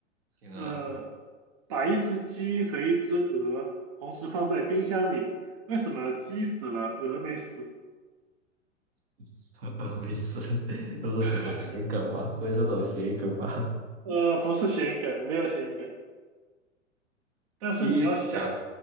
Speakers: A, on the right; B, on the right.
A: 行啊，
B: 呃，把一只鸡和一只鹅同时放在冰箱里，为什么鸡死了，鹅没死？
A: <laughs> 没事，<laughs> 都是什么谐音梗吧？
B: <laughs>
A: 不会是什么谐音梗吧？
B: 呃，不是谐音梗，没有谐音梗，
A: <laughs>
B: 但是你要想
A: 鸡死，